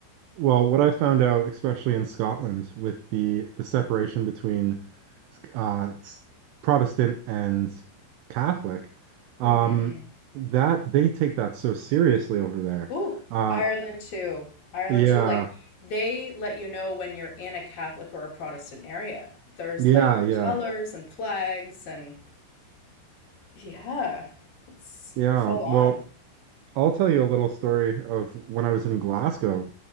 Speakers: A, on the right; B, on the left.
A: Well, what I found out, especially in Scotland, with the the separation between uh, s- Protestant and Catholic, um,
B: hmm
A: that they take that so seriously over there.
B: Ooh,
A: Uh,
B: Ireland too. Ireland
A: yeah,
B: too. Like they let you know when you're in a Catholic or a Protestant area. There's
A: yeah,
B: like
A: yeah,
B: colors and flags and yeah, it's
A: yeah.
B: full on.
A: Well, I'll tell you a little story of when I was in Glasgow.